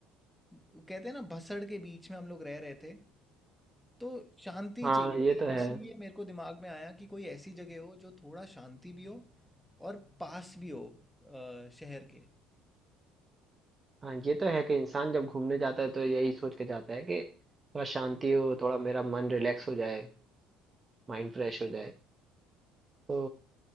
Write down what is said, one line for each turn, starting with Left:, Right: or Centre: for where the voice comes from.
Centre: कहते हैं ना भसड़ के बीच में हम लोग रह रहे थे तो शांति
Right: हाँ
Centre: चाहिए
Right: ये
Centre: थी
Right: तो है
Centre: इसीलिए मेरे को दिमाग में आया कि कोई ऐसी जगह हो जो थोड़ा शांति भी हो और पास भी हो अ, शहर के
Right: हाँ ये तो है कि इंसान जब घूमने जाता है तो यही सोच के जाता है कि थोड़ा शांति हो थोड़ा मेरा मन रिलैक्स हो जाए माइंड फ्रेश हो जाए तो